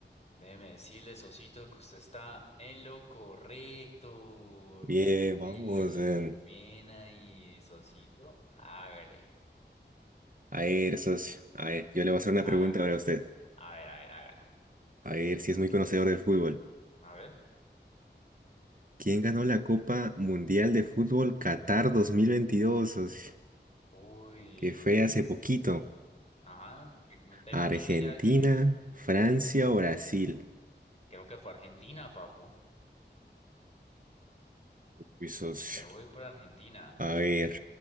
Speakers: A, on the left (about 35°); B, on the right (about 45°).
A: Déjeme decirle, Osito, que usted está en lo correcto.
B: Bien,
A: Bien
B: vamos.
A: ahí,
B: eh.
A: bien ahí, Sosito. Hágale,
B: A ver, socio, a ver, yo le voy a hacer una
A: hágale.
B: pregunta para usted.
A: A ver, a ver, hágala.
B: A ver si es muy conocedor del fútbol.
A: A ver.
B: ¿Quién ganó la Copa Mundial de Fútbol Qatar 2022, socio?
A: Uy,
B: Que fue hace poquito.
A: ajá, que- tengo
B: Argentina,
A: en mente ya alguien.
B: Francia o Brasil.
A: Creo que fue Argentina, papu.
B: Mi socio.
A: Me voy por Argentina.
B: A ver,